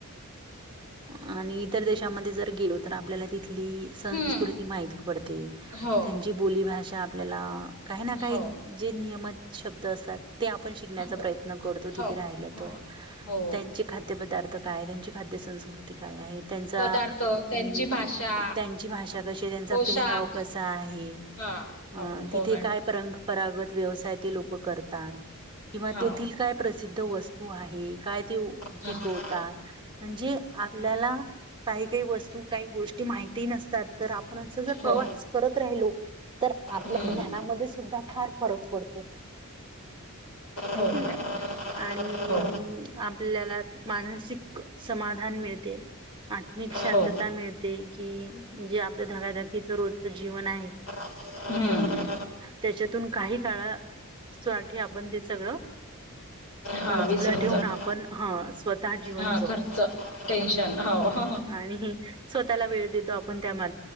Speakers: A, on the right; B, on the left.
A: आणि इतर देशामध्ये जर गेलो तर आपल्याला तिथ आपली संस्कृती
B: हं
A: माहीित पडते
B: हो
A: त्यांची बोलीभाषा आपल्याला काही ना काही
B: हो
A: जे नियमित शब्द असात ते आपण शिकण्याचा
B: हो
A: प्रयत्न करतो
B: हो
A: तथी राहिल
B: हो
A: तर
B: हो
A: त्यांचे खाद्य पदार्थ काय त्यांची खाद्य संस्कृतीिक काय आहे त्यांचा
B: पदार्थ त्यांची
A: त्यांची
B: भाषा
A: भाषा कशी आहे त्यांचा
B: पोशाख
A: पेहराव कसा आहे
B: हां
A: अ
B: हो हो
A: तिथे
B: मॅडम
A: काय परंग पराग व्यवसाय ते लोक करतात किंवा
B: हो
A: तेथील काय प्रसिद्ध वस्त तू आहे काय ते
B: हां
A: पिकवतात म्हणजे आपल्याला काही काही वस्तू काही गोष्टी माहितीही नसतात तर आपण अस जर प्रवास
B: हो
A: करत राहिलो तर आपल्या
B: हं
A: ज्ञानामध्ये सुद्धा फार फरक पडतो आहे
B: हो
A: की नाही
B: मॅडम
A: आणि
B: हो
A: आपल्याला मानसिक समाधान मिळते आत्मिक शांतता
B: हो
A: मिळते की जे आपलं धगधकीच रोजच जीवन आहे
B: हम्म
A: त्याच्यातून काही काळासाठी आपंद सगळं
B: हां
A: बाजूला
B: विसरून
A: ठेवून
B: जातो
A: आपण ह स्वतः जीवन
B: हां घरचं टेन्शन हो हो
A: आणि स्वतःला वेळ देतो आपण त्या मा